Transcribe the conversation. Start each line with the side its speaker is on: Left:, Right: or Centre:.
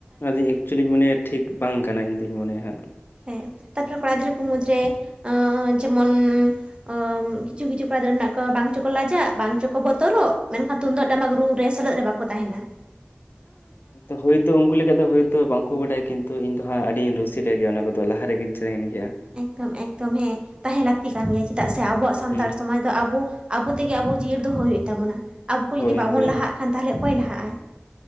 Left: ᱟᱫᱩᱧ ᱮᱠᱪᱩᱭᱞᱤᱧ ᱢᱚᱱᱮᱭᱟ ᱴᱷᱤᱠ ᱵᱟᱝ ᱠᱟᱱᱟ ᱤᱧᱫᱩᱧ ᱢᱚᱱᱮᱭᱟ ᱦᱟᱸᱜ ᱾
Right: ᱦᱮᱸ, ᱛᱟᱯᱚᱨᱮ ᱠᱚᱲᱟ ᱜᱤᱫᱽᱨᱟᱹ ᱠᱚ ᱢᱩᱫᱽ ᱨᱮ ᱮᱸ ᱡᱮᱢᱚᱱ ᱚᱸᱢ ᱠᱤᱪᱷᱩ ᱠᱤᱪᱷᱩ ᱠᱚᱲᱟ ᱜᱤᱫᱽᱨᱟᱹ ᱢᱮᱱᱟᱜ ᱠᱚᱣᱟ ᱵᱟᱝ ᱪᱚᱠᱚ ᱞᱟᱡᱟᱜ ᱵᱟᱝ ᱪᱚᱠᱚ ᱵᱚᱛᱚᱨᱚᱜ ᱢᱮᱱᱠᱷᱟᱱ ᱛᱩᱢᱫᱟᱹᱜ ᱴᱟᱢᱟᱠ ᱨᱩ ᱨᱮ ᱥᱮᱞᱮᱫ ᱨᱮ ᱵᱟᱠᱚ ᱛᱟᱦᱮᱱᱟ ᱾
Left: ᱛᱚ ᱦᱳᱭᱛᱚ ᱩᱱᱠᱩ ᱞᱟᱹ ᱫᱚ ᱦᱳᱭᱛᱳ ᱵᱟᱝᱠᱚ ᱵᱟᱰᱟᱭᱟ ᱠᱤᱱᱛᱩ ᱤᱧ ᱫᱚ ᱦᱟᱸᱜ ᱟᱹᱰᱤᱧ ᱨᱩᱥᱤᱠᱟ ᱜᱮᱭᱟ ᱚᱱᱟ ᱠᱚᱫᱚ ᱞᱟᱦᱟ ᱨᱮᱜᱮᱧ ᱛᱟᱦᱮᱱ ᱜᱮᱭᱟ ᱾
Right: ᱮᱠᱛᱚᱢ ᱮᱠᱛᱚᱢ ᱦᱮᱸ ᱛᱟᱦᱮᱸ ᱞᱟᱹᱠᱛᱤ ᱠᱟᱱ ᱜᱮᱭᱟ ᱪᱮᱫᱟᱜ ᱥᱮ ᱟᱵᱚᱣᱟᱜ ᱥᱟᱱᱛᱟᱲ
Left: ᱦᱩᱸ
Right: ᱥᱚᱢᱟᱡᱽ ᱫᱚ ᱟᱵᱚ ᱟᱵᱚ ᱛᱮᱜᱮ ᱟᱵᱚ ᱡᱤᱭᱟᱹᱲ ᱫᱚᱦᱚᱭ ᱦᱩᱭᱩᱜ ᱛᱟᱵᱚᱱᱟ ᱾ ᱟᱵᱚ ᱠᱚ
Left: ᱦᱳᱭ
Right: ᱡᱩᱫᱤ ᱵᱟᱵᱚᱱ
Left: ᱦᱳᱭ
Right: ᱞᱟᱦᱟᱜ ᱠᱷᱟᱱ ᱛᱟᱦᱚᱞᱮ ᱚᱠᱚᱭ ᱞᱟᱦᱟᱜᱼᱟ?